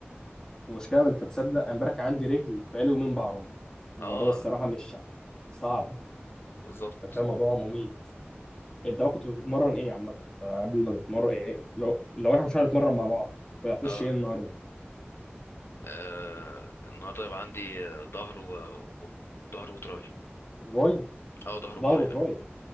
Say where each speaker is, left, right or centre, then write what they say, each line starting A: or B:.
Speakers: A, on the left (about 15°); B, on the left (about 70°).
A: المشكله انت تصدق امبارح كان عندي رجل بقالي يومين بعرج
B: اه
A: الموضوع الصراحه مش صعب
B: بالظبط
A: انت فاهم الموضوع مميت انت بقى كنت بتتمرن ايه عامه فقبل ما تتمرن يعني لو لو انا مش هنتمرن مع بعض كنت هتخش
B: اه
A: ايه النهارده
B: آه، النهارده يبقى عندي آه، ظهر و و- ظهر وتراي
A: باي
B: اه ظهر وباي
A: ظهر وتراي
B: يعني